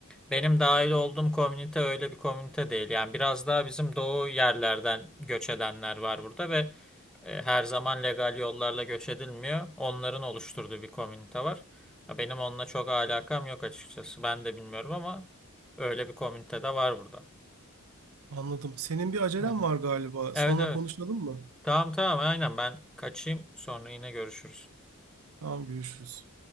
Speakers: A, in the centre; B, on the right.
A: benim dahil olduğum komünite öyle bir komünite değil. Yani biraz daha bizim doğu yerlerden göç edenler var burada ve e, her zaman legal yollarla göç edilmiyor. Onların oluşturduğu bir komünite var. Ya benim onunla çok alakam yok açıkçası. Ben de bilmiyorum ama öyle bir komünite de var burada.
B: Anladım. Senin bir acelen
A: Öyle.
B: var galiba.
A: Evet
B: Sonra
A: evet.
B: konuşalım mı?
A: Tamam tamam aynen ben kaçayım sonra yine görüşürüz.
B: Tamam görüşürüz.